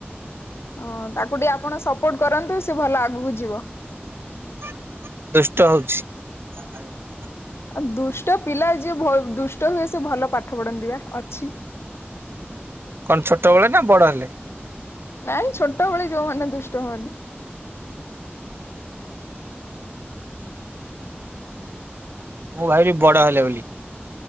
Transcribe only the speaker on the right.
<inaudible> ଦୁଷ୍ଟ ହଉଚି <inaudible>
କନ୍ ଛୋଟବେଳେ ନା ବଡ଼ ହେଲେ?
ମୁଁ ଭାବିଲି ବଡ଼ ହେଲେ ବୋଲି।